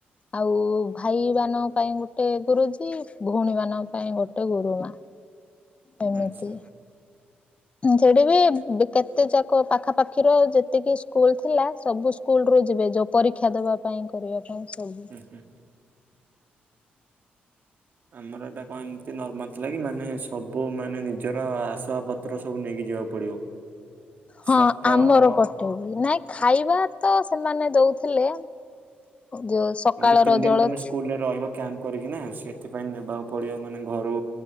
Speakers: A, on the left; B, on the right.
A: ଆଉ ଭାଇ ମାନଙ୍କ ପାଇଁ ଗୋଟେ ଗୁରୁଜୀ ଭଉଣୀ ମାନଙ୍କ ପାଇଁ ଗୋଟେ ଗୁରୁମା। ଏମିତି
B: ଆଚ୍ଛା।
A: ସେଠି ବି କେତେ ଯାକ ପାଖାପାଖିର ଯେତିକି ସ୍କୁଲ ଥିଲା ସବୁ ସ୍କୁଲ ରୁ ଯିବେ ଯୋଉ। ପରୀକ୍ଷା ଦେବା ପାଇଁ କରିବା ପାଇଁ ସବ।
B: ହୁଁ ହୁଁ। ଆମର ଏଟା ଏମତି ନର୍ମାଲ ଥିଲା କି ମାନେ ସବୁ ମାନେ ନିଜର ଆଶା ପତ୍ର ସବୁ ନେଇକି ଯିବାକୁ ପଡିବ।
A: ହଁ
B: ସପ ହଁ
A: ଆମର ପଟୁ ନାଇଁ ଖାଇବା ତ ସେମାନେ ଦଉ ଥିଲେ ଯୋଉ ସକାଳର
B: ମାନେ ଯୋଉ ତିନି ଦିନ
A: ଜଳଖିଆ
B: ତମେ ସ୍କୁଲରେ ରହିବ କ୍ୟାମ୍ପ କରିକି ନା ସେଥିପାଇଁ ପଡିବ ମାନେ ଘରୁ